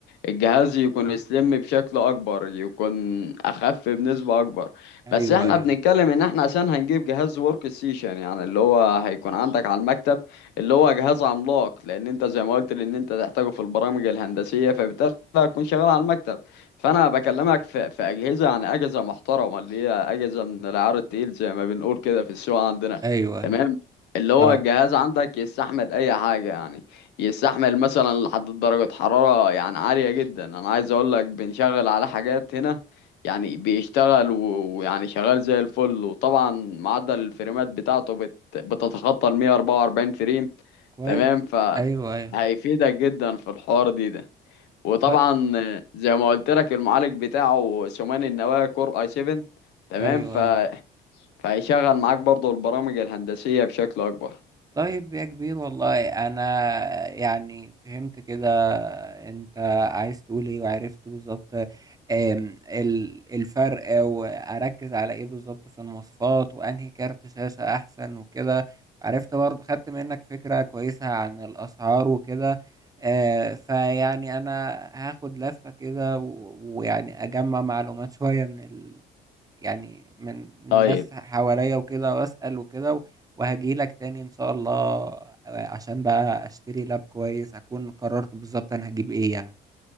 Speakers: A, on the left (about 85°); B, on the right (about 20°).
A: الجهاز يكون سليم بشكل اكبر يكون اخف بنسبة اكبر
B: أيوه،
A: بس احنا
B: أيوه،
A: بنتكلم ان احنا عشان هنجيب جهاز ورك ستيشن يعني اللي هو هيكون عندك على المكتب اللي هو جهاز عملاق لان انت زي ما قلت لان انت تحتاجه في البرامج الهندسية فبالتالي هتكون شغال على المكتب فانا بكلمك في, في اجهزة يعني اجهزة محترمة اللي هي اجهزة من العيار التقيل زي ما بنقول كده في السوق عندنا
B: أيوه، أيوه،
A: تمام اللي هو
B: آه،
A: الجهاز عندك يستحمل اي حاجة يعني يستحمل مثلا لحد درجة حرارة يعني عالية جدا انا عايز اقول لك بنشغل على حاجات هنا يعني بيشتغل و- ويعني شغال زي الفل وطبعا معدل الفريمات بتاعته بت... بتتخطى ال 144 فريم
B: كويس،
A: تمام ف
B: أيوه، أيوه،
A: هيفيدك جدا في الحوار دي ده وطبعا
B: طي
A: زي ما قلت لك المعالج بتاعه ثماني النواة كور اي 7 تمام
B: أيوه،
A: ف...
B: أيوه.
A: فهيشغل معاك برضو البرامج الهندسية بشكل اكبر
B: طيب يا كبير والله انا يعني فهمت كده انت عايز تقول ايه وعرفت بالظبط آم، ال- الفرق واركز على ايه بالظبط في المواصفات وانهي كارت شاشة احسن وكده عرفت برضه خدت منك فكرة كويسة عن الاسعار وكده آه، فيعني انا هاخد لفة كده و- ويعني اجمع معلومات شوية من ال... يعني من
A: طيب
B: ناس حواليا وكده واسأل وكده وهاجيلك تاني إن شاء الله عشان بقى أشتري لاب كويس أكون قررت بالظبط أنا هجيب إيه يعني